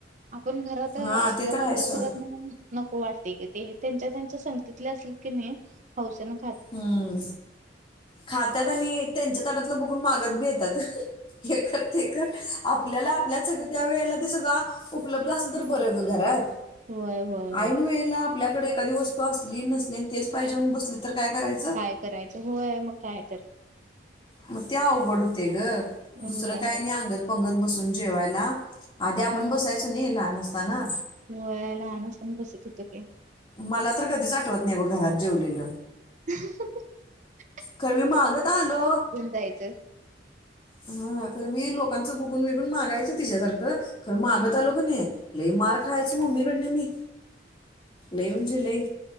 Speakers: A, on the right (about 45°); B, on the left (about 30°).
A: आपण घरात आपल्याच
B: हां ते तर आहे
A: आपल्याच
B: सोड
A: घरात म्हणून, नको वाटते की ते. त्यांच्या त्यांच्या संगतीत. ल्या असल की, नाही हौसेना.
B: हम्म खातत आणि त्यांच्या तटातलं ब मागात बी येतात. हे कर ते कर आपल्याला आपल्या सग त्या वेळेला ते सगळं अ उपलब्ध असल तर बरं घरात.
A: व्यय व्यय
B: ऐन
A: होय.
B: वेळेला आपल्याकडे एखादी वस्तू असली नसली, आणि तेच पाहिजेण बसली.. तर काय करायचं
A: काय करायचं होय, मग काय तर.
B: मत ते अवघड होतय ग.
A: होय
B: दुसरं काय
A: हो
B: नाही अंगत बगत बसून जेवायला. अधी आपण
A: हम्म
B: बसायचो नाही लहान असं ता ना
A: होय लहान असना बसत होत के.
B: मला तर कधीच आठवत नाही बघ घरात. जेवलेल.
A: ह.
B: खर मी मागत आलो
A: जायचं
B: हा खर मी लोक. लोकांचं बघून बिघुन मागायच तिच्यासारख. मागत
A: हम्म.
B: आलो काणी. लय मार खायचं मम्मी कडन मी लई म्हणजे लई